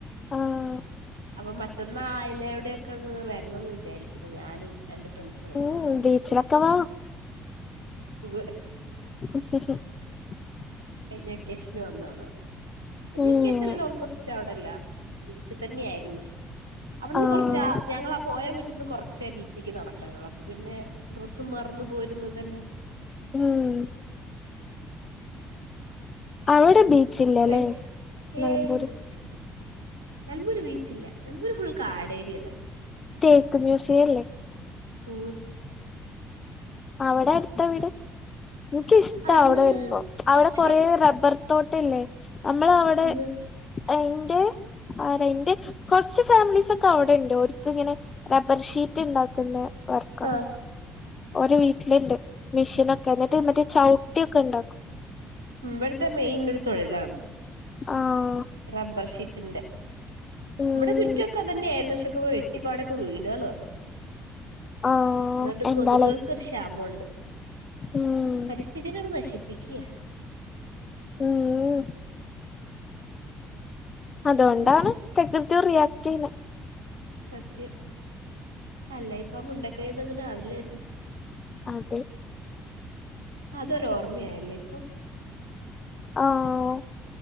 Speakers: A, on the left; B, on the right.
A: ആഹ്
B: അപ്പൊ മറ്റൊന്ന് ആയിലവിടെയൊക്കെ വരുന്നന്ന് വിചാരിക്കുന്നു ഞാനും എന്റെ ഫ്രണ്ട്സൊക്കെ
A: ഉം ബീച്ചിലക്കവാ
B: ഉ
A: അ
B: കൈഞ്ഞ കഷ്ന് വന്നാള
A: ഉം
B: ക്കേഷ ഓൾമോസ്റ്റ് അവിടെല്ലാം ബീച്ച് തന്നെയ ആായിരുന്നു അവിടുന്ന്
A: ആഹ്
B: കൊറച്ചാ ഞങ്ങളാ പോയ വീട്ടിൽന്ന് കൊറ പച്ചേ ബീച്ചേക്ക് നടക്കാനുള്ള അപ്പൊ പിന്നെ ഡ്രസ്സും മറന്നു പോരരുന്നു ഇതന്നെ
A: ഉം അവിടെ ബീച്ചില്ലല്ലേ
B: ഇച്ച
A: നിലമ്പൂര്
B: ഇവിടെച്ച നലമൂര് ബീച്ചില്ല നലമൂര് ഫുൾ കാട്േരിയല്ലേ
A: തക്ക മിവഷല്ലേ
B: <inaudible>
A: അവിടെ അടുത്ത വീടെ എനിക്കിഷ്ട്ട
B: അവിടുന്ന്
A: അവിടെ വരുമ്പോ അവിടെ
B: കൊറച്ച്
A: കൊറ
B: പോണം
A: റബ്ബർ തോട്ടല്ലേ നമ്മള അവിടെ
B: പൂവ്
A: ഇറെ ആരാ എന്റെ കുറച്ച് ഫാമിലീസ് ഒക്കെ അവിടെ ഉണ്ട് ഒരിക്ക ഇങ്ങനെ റബ്ബർ ഷീറ്റ് ഉണ്ടാക്കുന്ന വർക്ക
B: ആഹ്
A: ഒരു വീട്ടിലുണ്ട് മെഷീൻൊക്കെ എന്നിട്ട് മറ്റേ ചവിട്ടിയൊക്കെ ഉണ്ടാക്കും
B: ഉ വടുത്ത മേ ഇന്നരു തോളില
A: ആഹ
B: റബർ ശീത്തിൻന്റെ
A: ഉം
B: ഇമ്മടെ ചുറ്റൊക്കെ തന്നെയായിരുന്നു ചെക്കുമ്പ വെട്ടിപ്പാടൊക്കെ വീടുകൾ വന്നു
A: ആഹ്
B: അതുകൊണ്ട്
A: എന്താലേ
B: കൊതുകുകൾക്കൊരു ക്ഷാമമുണ്ട്
A: ഉം
B: പരിസ്ഥിതിനോട് നശിപ്പിക്കിയ
A: ഉം അതുകൊണ്ടാണ് പ്രകൃത്യം റിയാക്ട് ചെയ്യുന്നത്
B: സത്യം അല്ല ഇപ്പ മുണ്ടക്കൈന്ന് അങ്ങനെ ആവില്ലായിരുന്നു
A: അതെ
B: അതൊരുോഓർമ്മയയല്ലേ ഇപ്പൊ <inaudible>
A: ആഹ്